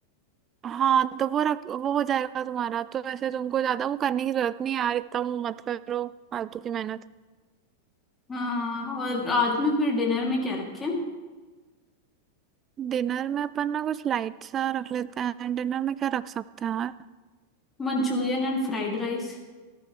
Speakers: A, on the right; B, on the left.
A: हाँ तो वो रख वो हो जाएगा तुम्हारा तो ऐसे तुमको ज्यादा वो करने की जरूरत नहीं है यार इतना वो मत करो फालतू की मेहनत
B: हाँ और आज में फिर डिनर में क्या रखें
A: डिनर में अपन ना कुछ लाइट सा रख लेते हैं डिनर में क्या रख सकते हैं यार
B: Manchurian and fried rice